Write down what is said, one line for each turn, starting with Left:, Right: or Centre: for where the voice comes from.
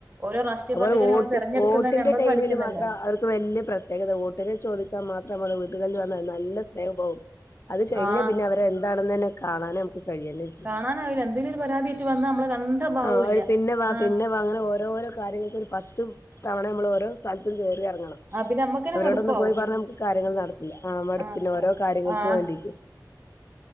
Right: ഓരോ രാഷ്ട്രീയ
Left: അതുപോലെ
Right: പാർട്ടിക്കാരെ
Left: വോട്ട
Right: നമ്മള് തെരഞ്ഞെടുക്കുന്നന്നെ
Left: വോട്ടിന്റെ
Right: നമ്മൾക്ക്
Left: ടൈമില്
Right: വേണ്ടിട്ടന്നല്ലേ
Left: മാത്രം അവർക്ക് വല്ിയ പ്രത്യേകത വോട്ടിനെ ചോദിക്കാൻ മാത്രംമ്മള് വന്ന നല്ല നേഹം പോവും അത് കഴിഞ്ഞാ
Right: ആഹ്
Left: പിന്നെ അവരെ എന്താണെന്ന് തന്നെ കാണാനും കഴിയന്നെ ചെയ്യും
Right: കാണാനാവില്ല എന്തെങ്കലും ഒരു പരാതിയയിട്ട് വന്നാൽ നമ്മള് കണ്ട ഭാവൂല്ല
Left: ആഹ് ഒരു പിന്നെ വാ
Right: ആഹ്
Left: പിന്നെ വാങ്ങനെ പോ ഓോരോ കാര്യങ്ങൾ പത്ത് തവണ നമ്മൾ ഓരോ സ്ഥല റങ്ങണം
Right: ആഹ് പിന്നെ നമ്മക്കന്നെ
Left: അവരോടൊന്ന
Right: മടുപ്പാവും
Left: പോയി
Right: പിന്നെ
Left: പറഞ്ഞ നമുക്ക് കാര്യങ്ങൾ നടത്തില്ല ആ മടുപ്പിന്
Right: ആഹ്
Left: ഓരോ കാര്യങ്ങൾക്കും
Right: ആഹ്
Left: വേണ്ടീട്ടും